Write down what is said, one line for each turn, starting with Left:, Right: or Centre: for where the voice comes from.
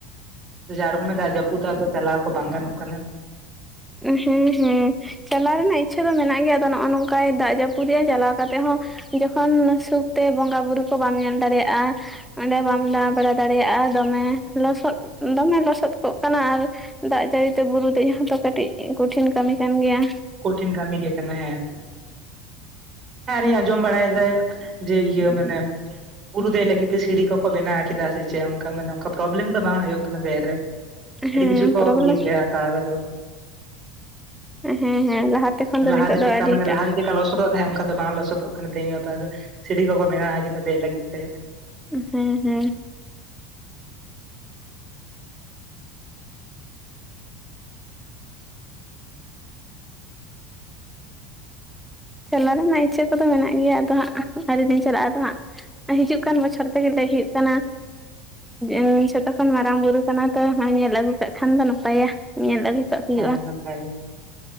Right: ᱡᱟ ᱨᱚᱠᱚᱢ ᱮ ᱫᱟᱜ ᱡᱟᱹᱯᱩᱫ ᱫᱟ ᱟᱫᱚ ᱪᱟᱞᱟᱣ ᱠᱚ ᱵᱟᱝ ᱜᱟᱱᱚᱜ ᱠᱟᱱᱟ
Centre: ᱦᱮᱸ ᱦᱮᱸ ᱪᱟᱞᱟᱣ ᱨᱮᱱᱟᱜ ᱤᱪᱪᱷᱟᱹ ᱫᱚ ᱢᱮᱱᱟᱜ ᱜᱮᱭᱟ ᱟᱫᱚ ᱱᱚᱜᱼᱚᱭ ᱱᱚᱝᱠᱟᱭ ᱫᱟᱜ ᱡᱟᱹᱯᱩᱫᱮᱜᱼᱟ ᱪᱟᱞᱟᱣ ᱠᱟᱛᱮᱜ ᱦᱚᱸ ᱡᱚᱠᱷᱚᱱ ᱥᱩᱠᱛᱮ ᱵᱚᱸᱜᱟ ᱵᱩᱨᱩ ᱠᱚ ᱵᱟᱢ ᱧᱟᱢ ᱫᱟᱲᱮᱭᱟᱜᱼᱟ ᱚᱸᱰᱮ ᱵᱟᱢ ᱫᱟᱬᱟ ᱵᱟᱲᱟ ᱫᱟᱲᱮᱭᱟᱜᱼᱟ ᱫᱚᱢᱮ ᱞᱚᱥᱚᱫ ᱫᱚᱢᱮ ᱞᱚᱥᱚᱫ ᱠᱚᱜ ᱠᱟᱱᱟ ᱟᱨ ᱫᱟᱜ ᱡᱟᱹᱲᱤᱛᱮ ᱵᱩᱨᱩ ᱫᱮᱡ ᱦᱚᱸᱛᱚ ᱠᱟᱹᱴᱤᱡ ᱠᱚᱴᱷᱤᱱ ᱠᱟᱹᱢᱤ ᱠᱟᱱ ᱜᱮᱭᱟ
Right: ᱠᱚᱴᱷᱤᱱ ᱠᱟᱹᱢᱤ ᱜᱮ ᱠᱟᱱᱟ ᱦᱮᱸ ᱦᱮᱸ ᱟᱨ ᱤᱧ ᱟᱸᱡᱚᱢ ᱵᱟᱲᱟᱭ ᱫᱟ ᱡᱮ ᱤᱭᱟᱹ ᱢᱟᱱᱮ ᱵᱩᱨᱩ ᱫᱮᱡ ᱞᱟᱹᱜᱤᱫ ᱛᱮ ᱥᱤᱲᱤ ᱠᱚᱠᱚ ᱵᱮᱱᱟᱣ ᱠᱮᱫᱟ ᱥᱮ ᱪᱮᱫ ᱚᱱᱠᱟ ᱢᱟᱱᱮ ᱚᱱᱠᱟ ᱯᱨᱚᱵᱞᱮᱢ ᱫᱚ ᱵᱟᱝ ᱦᱩᱭᱩᱜ ᱠᱟᱱᱟ ᱫᱮᱡ ᱨᱮ ᱟᱹᱰᱤ
Centre: ᱦᱮᱸ
Right: ᱠᱤᱪᱷᱩ ᱠᱚ
Centre: ᱯᱨᱚᱵᱞᱮᱢ
Right: ᱤᱭᱟᱹ ᱠᱮᱭᱟ ᱠᱟᱣ ᱫᱟᱠᱚ
Centre: ᱦᱮᱸ ᱦᱮᱸ ᱞᱟᱦᱟᱛᱮ ᱠᱷᱚᱱ ᱫᱚ
Right: ᱞᱟᱦᱟ
Centre: ᱱᱤᱛᱚᱜ
Right: ᱛᱮ ᱪᱮᱫᱞᱮᱠᱟ
Centre: ᱫᱚ ᱟᱹᱰᱤᱴᱟᱜ
Right: ᱢᱟᱱᱮ ᱞᱟᱦᱟ ᱛᱮ ᱪᱮᱫᱮᱠᱟ ᱞᱚᱥᱚᱫᱚᱜ ᱛᱟᱦᱮᱸᱫ ᱚᱱᱠᱟ ᱫᱚ ᱵᱟᱝ ᱞᱚᱥᱚᱫᱚᱜ ᱠᱟᱱᱟ ᱛᱮᱦᱤᱧ ᱜᱟᱯᱟ ᱫᱚ ᱥᱤᱬᱤ ᱠᱚᱠᱚ ᱵᱮᱱᱟᱣ ᱠᱮᱫᱟ ᱫᱮᱡ ᱞᱟᱹᱜᱤᱫ ᱛᱮ
Centre: ᱦᱮᱸ ᱦᱮᱸ ᱪᱟᱞᱟᱜ ᱨᱮᱱᱟᱜ ᱤᱪᱪᱷᱟᱹ ᱠᱚᱫᱚ ᱢᱮᱱᱟᱜ ᱜᱮᱭᱟ ᱟᱫᱚ ᱦᱟᱸᱜ ᱟᱹᱰᱤ ᱫᱤᱱ ᱪᱟᱞᱟᱜᱼᱟ ᱟᱫᱚ ᱦᱟᱸᱜ ᱦᱤᱡᱩᱜ ᱠᱟᱱ ᱵᱚᱪᱷᱚᱨ ᱛᱮᱜᱮ ᱞᱮᱭ ᱦᱩᱭᱩᱜ ᱠᱟᱱᱟ ᱱᱩᱭ ᱡᱷᱚᱛᱚ ᱠᱷᱚᱱ ᱢᱟᱨᱟᱝ ᱵᱩᱨᱩ ᱠᱟᱱᱟ ᱛᱚ ᱱᱚᱜᱚᱭ ᱧᱮᱞ ᱟᱹᱜᱩ ᱠᱟᱜ ᱠᱷᱟᱱ ᱫᱚ ᱱᱟᱯᱟᱭᱟ ᱧᱮᱞ ᱟᱹᱜᱩ ᱨᱟᱠᱟᱵ ᱦᱩᱭᱩᱜᱼᱟ
Right: ᱦᱮᱸ ᱱᱟᱯᱟᱭ ᱜᱮ